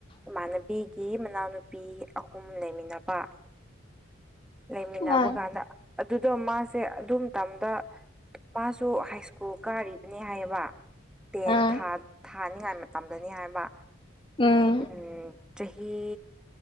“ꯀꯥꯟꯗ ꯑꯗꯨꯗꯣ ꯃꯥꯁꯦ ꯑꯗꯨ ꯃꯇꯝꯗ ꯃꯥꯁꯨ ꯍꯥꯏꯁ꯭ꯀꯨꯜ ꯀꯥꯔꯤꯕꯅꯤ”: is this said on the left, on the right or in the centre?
Centre